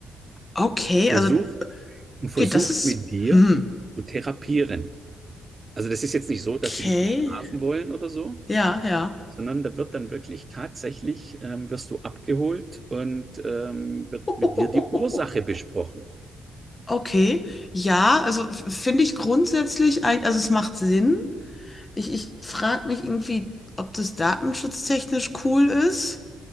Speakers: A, on the left; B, on the right.
A: Okay,
B: und versucht,
A: also.
B: und versucht
A: Okay, das ist.
B: mit dir
A: Hm.
B: zu therapieren. Also das ist jetzt nicht so, dass
A: Okay.
B: die dich bestrafen wollen oder so,
A: Ja, ja.
B: sondern da wird dann wirklich tatsächlich, ähm, wirst du abgeholt und ähm, wird
A: <laughs>
B: mit dir die Ursache besprochen.
A: Okay. Ja, also f- finde ich grundsätzlich, ein, also es macht Sinn. Ich, ich frage mich irgendwie, ob das datenschutztechnisch cool ist.